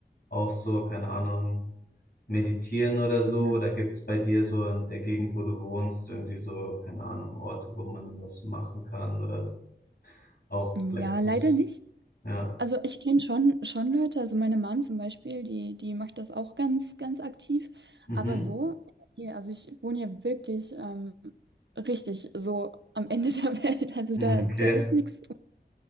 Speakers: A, on the left; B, on the right.
A: auch so, keine Ahnung, meditieren oder so?
B: Ja,
A: Oder gibt's bei dir so in der Gegend, wo du wohnst, irgendwie so, keine Ahnung, Orte, wo man das machen kann? Oder auch
B: ja
A: vielleicht,
B: leider nicht.
A: ja.
B: Also ich kenne schon, schon Leute, also meine Mom zum Beispiel, die, die macht das auch ganz, ganz aktiv.
A: Mhm.
B: Aber so, hier, also ich wohne ja wirklich ähm, richtig so am Ende <laughs> der Welt. Also
A: Okay.
B: da, da ist nichts.